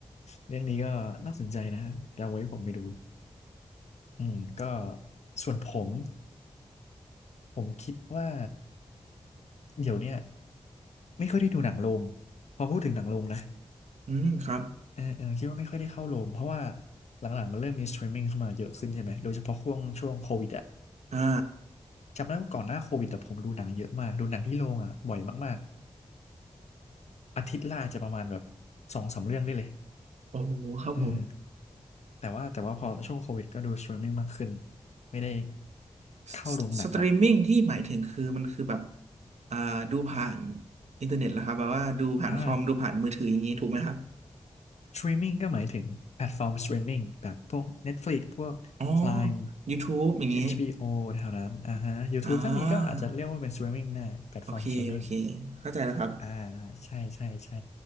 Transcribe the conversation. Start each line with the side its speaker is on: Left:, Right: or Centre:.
Left: เรื่องนี้ก็น่าสนใจนะเดี๋ยวไว้ผมไปดูอืมก็ส่วนผมผมคิดว่าเดี๋ยวเนี้ยไม่ค่อยได้ดูหนังโรงพอพูดถึงหนังโรงนะ
Right: อืมครับ
Left: เออเออคิดว่าไม่ค่อยได้เข้าโรงเพราะว่าหลังๆมันเริ่มมีสตรีมมิ่งเข้ามาเยอะขึ้นใช่ไหมโดยเฉพาะช่วงช่วงโควิดอะ
Right: อ่า
Left: จำได้ว่าก่อนหน้าโควิดแต่ผมดูหนังเยอะมากดูหนังที่โรงอะบ่อยมากๆอาทิตย์ละอาจจะประมาณแบบสองสามเรื่องได้เลย
Right: โอ้โหครับผม
Left: อืมแต่ว่าแต่ว่าพอช่วงโควิดก็ดูสตรีมมิ่งมากขึ้นไม่ได้
Right: สสสตรีมมิ่งที่หมายถึงคือมันคือแบบ
Left: เข้าโรงหนังละ
Right: อ่าดูผ่านอินเทอร์เน็ตแล้วครับแบบว่าดูผ่านคอมดูผ่านมือถืออย่างนี้ถูกไหมครับ
Left: อ่า Streaming ก็หมายถึงแพลตฟอร์มส t r e มมิ n g แบบพวก Netflix พวก
Right: อ๋อ
Left: Prime
Right: YouTube อย่างนี้
Left: HBO แถวนั้นอ่าฮะ YouTube
Right: อ่
Left: ถ้ามีก็อาจจะเรียกว่าเป็น
Right: า
Left: s t r e a m i n g ได้แพลตฟอร์มส
Right: โอเคโอเค
Left: t r e มมิ n ง
Right: เข้าใจแล้วครับ
Left: อ่าใช่ใช่ใช่